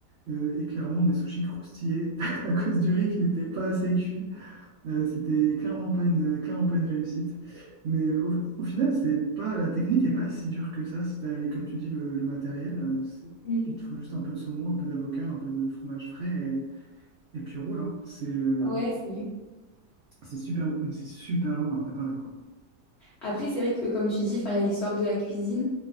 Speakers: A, on the right; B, on the left.
A: euh, et clairement, mes sushis croustillaient <laughs> à cause du riz qui n'était pas assez cuit. Euh, c'était clairement pas une, clairement pas une réussite. Mais au, au final, c'est pas, la technique est pas si dure que ça. Si t'as, avec, comme tu dis, le, le matériel, euh, c'est-
B: Mm.
A: il te faut juste un peu de saumon, un peu d'avocat, un peu de fromage frais et, et puis roule, hein. C'est euh,
B: Ouais, c'est vrai.
A: c'est super bon, mais c'est super long à préparer, quoi.
B: Après, c'est vrai que comme tu dis, enfin, il y a l'histoire de la cuisine.